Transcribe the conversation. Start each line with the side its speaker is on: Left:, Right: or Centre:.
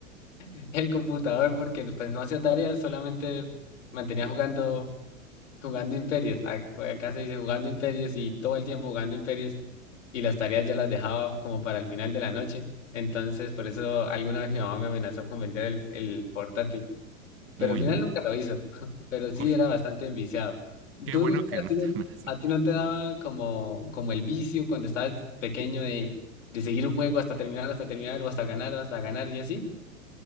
Left: <laughs> el computador porque pues no hacía tareas, solamente mantenía jugando jugando imperios. a- Acá se dice jugando imperios y todo el tiempo jugando imperios y las tareas ya las dejaba como para el final de la noche. Entonces, por eso alguna vez mi mamá me amenazó con vender el, el portátil, pero
Right: Uy,
Left: al final
Right: n-
Left: nunca lo hizo, <laughs> pero sí
Right: uy,
Left: era bastante enviciado.
Right: qué
Left: ¿Tú,
Right: bueno
Left: a
Right: que no
Left: ti
Right: te
Left: no,
Right: amenazó.
Left: a ti no te daba como, como el vicio cuando estabas pequeño de, de seguir un juego hasta terminar, hasta terminar, o hasta ganar, o hasta ganar y así?